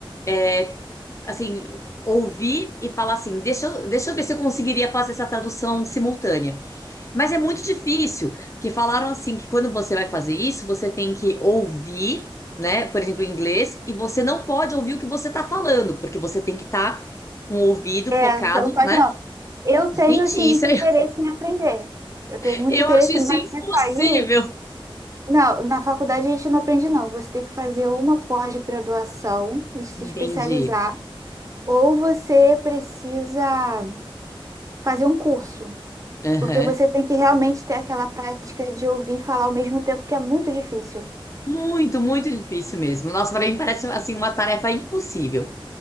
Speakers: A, on the left; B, on the right.
A: é, assim, ouvir e falar assim, deixa eu, deixa eu ver se eu conseguiria fazer essa tradução simultânea. Mas é muito difícil, que falaram assim que quando você vai fazer isso, você tem que ouvir, né? Por exemplo, em inglês, e você não pode ouvir o que você está falando, porque você tem que estar com o ouvido
B: É,
A: focado,
B: você não pode
A: né?
B: não. Eu tenho,
A: Gente,
B: assim,
A: isso
B: interesse
A: é...
B: em aprender. Eu
A: <laughs>
B: tenho muito
A: eu
B: interesse,
A: acho isso
B: mas
A: impossível.
B: isso aí Não, na faculdade a gente não aprende, não. Você tem que fazer uma pós-graduação e se
A: Entendi.
B: especializar, ou você precisa fazer um curso,
A: Aham.
B: porque você tem que realmente ter aquela prática de ouvir e falar ao mesmo tempo, que é muito difícil.
A: Muito, muito difícil mesmo. Nossa, pra mim parece assim uma tarefa impossível.